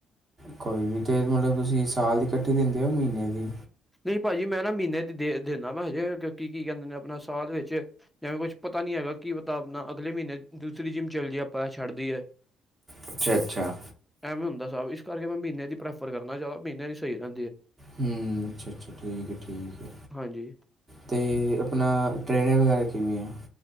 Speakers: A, on the right (about 30°); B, in the centre.
A: ਕੋਈ ਨੀ ਤੇ ਮਤਲਬ ਤੁਸੀਂ ਸਾਲ ਦੀ ਕੱਠੀ ਦਿੰਦੇ ਓ ਮਹੀਨੇ ਦੀ
B: ਨਈ ਭਾਜੀ ਮੈਂ ਨਾ ਮਹੀਨੇ ਦੇ ਦਿੰਨਾ ਵਾ ਹਜੇ ਕੀ ਕੀ ਕੈਂਦੇ ਨੇ ਆਪਣਾ ਸਾਲ ਵਿੱਚ ਜਿਵੇਂ ਕੁੱਛ ਪਤਾ ਨੀ ਹੈਗਾ ਕੀ ਪਤਾ ਆਪਣਾ ਅਗਲੇ ਮਹੀਨੇ ਦੂਸਰੀ ਜਿੰਮ ਚੱਲ ਜੀਏ ਆਪਾਂ ਛੱਡ ਦੀਏ
A: ਅੱਛਾ ਅੱਛਾ
B: ਐਵੇਂ ਹੁੰਦਾ ਇਸ ਕਰਕੇ ਮੈਂ ਮਹੀਨੇ ਦੀ ਪ੍ਰੈਫਰ ਕਰਨਾ ਜ਼ਿਆਦਾ ਮਹੀਨੇ ਦੀ ਸਹੀ ਰੇਂ
A: ਹੂੰ ਅੱਛ ਅੱਛਾ ਠੀਕ ਏ ਠੀਕ ਏ
B: ਹਾਂਜੀ।
A: ਤੇ ਅਪਨਾ ਟ੍ਰੇਨਰ ਵਗੈਰਾ ਕਿਵੇਂ ਆ?